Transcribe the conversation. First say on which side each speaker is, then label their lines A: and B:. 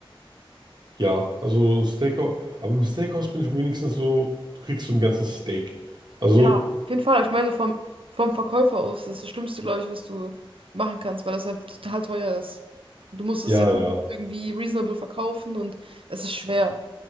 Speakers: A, on the right; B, on the right.
A: Ja, also ein Steakhouse, aber im Steakhouse bin ich wenigstens so, du kriegst so ein ganzes Steak. Also,
B: Ja, auf jeden Fall. Aber ich meine, so vom, vom Verkäufer aus, das ist das Schlimmste, glaube ich, was du machen kannst, weil das halt total teuer ist. Du musst es
A: ja,
B: jetzt
A: ja.
B: irgendwie reasonable verkaufen und es ist schwer.